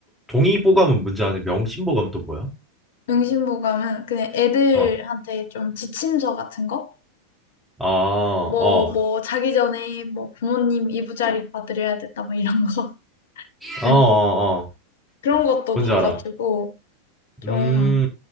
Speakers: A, in the centre; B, on the left.
A: 동의보감은 뭔지 아네. 명심보감 또 뭐야?
B: 명심보감은 그냥 애들한테
A: 어,
B: 좀 지침서 같은 거?
A: 아,
B: 뭐,
A: 어,
B: 뭐, 자기 전에 뭐 부모님 이부자리 봐드려야 된다, 뭐 이런 거.
A: 어,
B: <laughs>
A: 어, 어.
B: 그런 것도
A: 뭔지
B: 봐가지고,
A: 알아.
B: 좀,
A: 음,